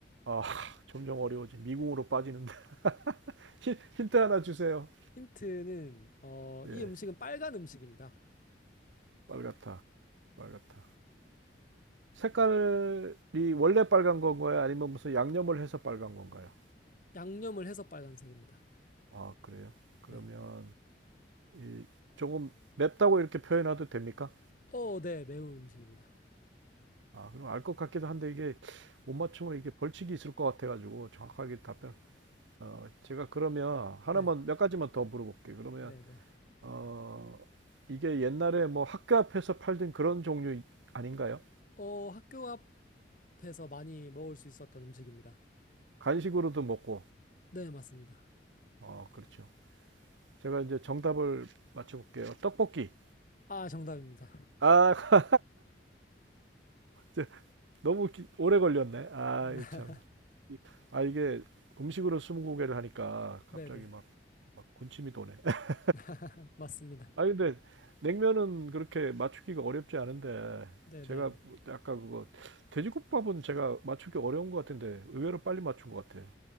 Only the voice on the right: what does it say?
아, 점점 어려워지. 미궁으로 빠지는데. <laughs> 힌- 트 하나 주세요.
예.
빨갛다. 빨갛다. 색깔이 원래 빨간 건가요? 아니면 무슨 양념을 해서 빨간 건가요?
아, 그래요? 그러면
이 조금 맵다고 이렇게 표현해도 됩니까?
아, 그럼 알 것 같기도 한데 이게 못 맞추면 이게 벌칙이 있을 것 같아가지고 정확하게 답변. 어, 제가 그러면 하나만
몇 가지만 더 물어볼게요. 그러면
어, 이게 옛날에 뭐 학교 앞에서 팔던 그런 종류 아닌가요?
간식으로도 먹고.
어, 그렇죠. 제가 이제 정답을 맞춰볼게요. 떡볶이.
아, <laughs> 너무 기- 오래 걸렸네. 아,
이거 참.
이- 아, 이게 음식으로 스무고개를 하니까
갑자기
막, 막 군침이 도네. <laughs>
아, 근데 냉면은 그렇게 맞추기가 어렵지 않은데
제가
아까 그거 돼지국밥은 제가 맞추기 어려운 것 같은데 의외로 빨리 맞춘 것 같아요.